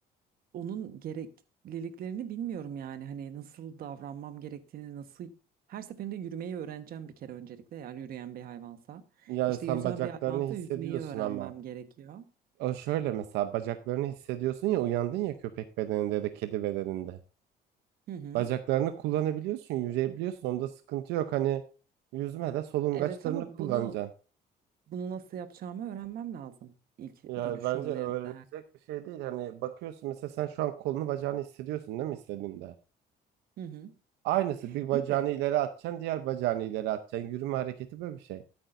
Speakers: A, on the right; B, on the right.
A: onun gerekliliklerini bilmiyorum yani hani nasıl davranmam gerektiğini nasıl her seferinde yürümeyi öğreneceğim bir kere öncelikle eğer yürüyen bir hayvansa
B: Yani
A: işte
B: sen
A: yüzen
B: bacaklarını
A: bir hayvansa
B: hissediyorsun
A: yüzmeyi öğrenmem
B: ama.
A: gerekiyor.
B: O şöyle mesela bacaklarını hissediyorsun ya uyandın ya köpek bedeninde ya da kedi bedeninde.
A: Hı hı.
B: Bacaklarını kullanabiliyorsun, yürüyebiliyorsun. Onda sıkıntı yok. Hani yüzmede solungaçlarını
A: Evet ama
B: kullanacaksın.
A: bunu bunu nasıl yapacağımı öğrenmem lazım ilk
B: Ya
A: dönüşümlerimde.
B: bence öğrenilecek bir şey değil. Hani bakıyorsun mesela sen şu an kolunu bacağını hissediyorsun değil mi istediğinde?
A: Hı hı.
B: Aynısı bir bacağını
A: İyi de
B: ileri atacaksın, diğer bacağını ileri atacaksın. Yürüme hareketi böyle bir şey.